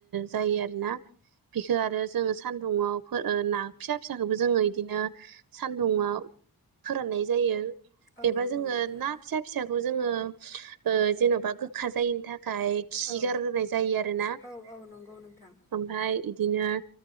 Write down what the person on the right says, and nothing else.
जायो आरोना। बेखौ आरो जोंङो सान्दुंङाव फो ना फिसा फिसाखोबो जोङो इदिनो सान्दुुंङाव फोराननाय जायो।
एबा
जोंङो
ना फिसा फिसाखौ जोंङो ओ जेन'बा गोखा जायैनि था खाय खि
गारग्रोनाय जायो आरोना
ओमफाय इदिनो